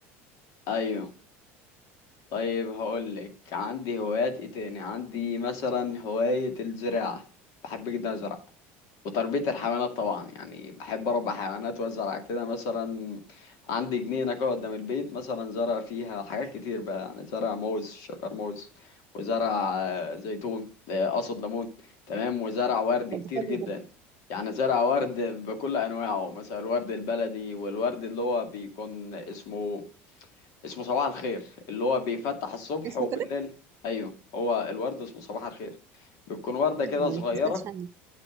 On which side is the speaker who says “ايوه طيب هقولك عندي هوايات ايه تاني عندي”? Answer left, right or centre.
Left